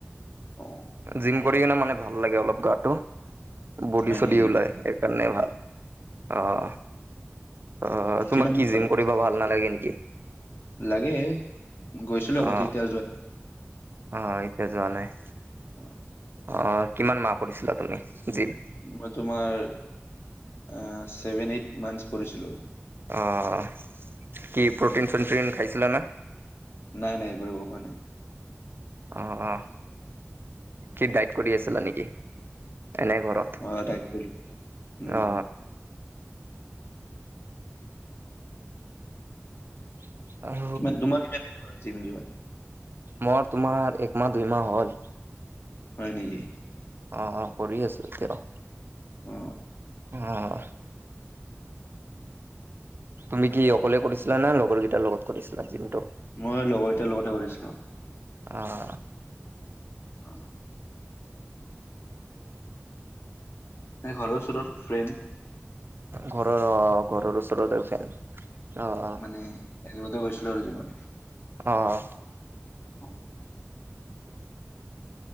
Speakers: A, on the left; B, on the right.
A: অ'।
B: জিম কৰি কিনে মানে ভাল লাগে অলপ, গাটো বডি
A: হয়
B: চডি
A: নেকি
B: ওলাই সেইকাৰণে ভাল। অ', অ' তোমাক
A: কিমান দিন
B: কি
A: হ'ল?
B: জিম কৰিবা ভাল নালাগে নেকি?
A: লাগে, গৈছিলোঁ আগতে,
B: অ
A: এতিয়া যোৱা
B: অ' এতিয়া যোৱা নাই।
A: উ।
B: অ' কিমান মাহ কৰিছিলা তুমি জিম?
A: মই তোমাৰ আ, ছেভেন এইট মান্থছ কৰিছিলোঁ।
B: অ' কি প্ৰ'টিন
A: অ
B: চটিন খাইছিলা না?
A: নাই নাই এইবোৰ একো খোৱা নাই।
B: অ', অ'। কি ডাইট কৰি আছিলা নেকি এনে ঘৰত?
A: অ' ডাইট কৰি উম।
B: অ <unintelligible>
A: কিমান তোমাৰ কিমান দিন হ'ল জিম যোৱা?
B: মোৰ তোমাৰ একমাহ, দুইমাহ হ'ল।
A: হয় নেকি?
B: অ', অ' কৰি আছোঁ এতিয়া,
A: অ
B: অ'। তুমি কি অকলে কৰিছিলা না লগৰকেইটাৰ লগত কৰিছিলা জিমটো?
A: মই লগৰকেইটাৰ লগতে কৰিছিলোঁ।
B: অ'।
A: অ'। নে ঘৰৰ ওচৰৰ ফ্ৰেণ্ড
B: ঘৰৰ অ' ঘৰৰ ওচৰত ফ্ৰেণ্ড অ'।
A: মানে একেলগতে গৈছিলোঁ আৰু জিমত।
B: অ'।
A: হয়।